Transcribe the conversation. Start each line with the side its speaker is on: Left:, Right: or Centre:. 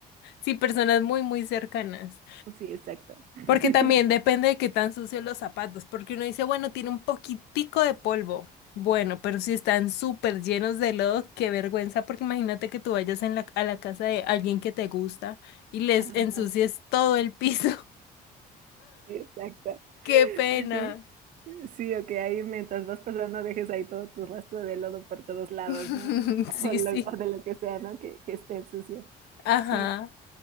Left: Sí, personas muy, muy cercanas.
Right: Sí, exacto. <laughs>
Left: Porque también depende de qué tan sucios los zapatos, porque uno dice, bueno, tiene un poquitico de polvo. Bueno, pero si están súper llenos de lodo, qué vergüenza, porque imagínate que tú vayas en la- a la casa de alguien que te gusta y les
Right: Ajá,
Left: ensucies todo el piso.
Right: sí, exacto.
Left: <laughs> ¡Qué pena!
Right: Sí, sí. Sí, o que ahí mientras vas pasando dejes ahí todo tu rastro de lodo por todos lados,
Left: <laughs>
Right: ¿no? <laughs>
Left: Sí,
Right: O, lo-
Left: sí.
Right: o de lo que sea, ¿no? Que, que estén sucios.
Left: Ajá.
Right: Sí,